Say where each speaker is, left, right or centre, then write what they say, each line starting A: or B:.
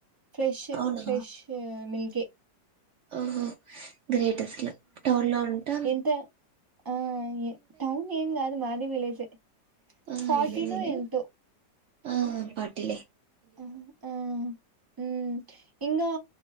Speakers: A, on the right (about 15°); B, on the right (about 80°).
A: ఫ్రెష్
B: అవునా
A: ఫ్రెష్ మిల్క్ కే
B: ఓహో గ్రేటెస్ట్లో టౌన్లో ఉంట
A: ఎంత ఆ ఎ టౌన్ ఏం కాదు మాది విలేజే
B: ఆ
A: ఫార్టీను
B: విలేజ్లా
A: ఎంతో
B: ఆ పాటిలే
A: మ్మ్ మ్మ్ మ్మ్ ఇంగా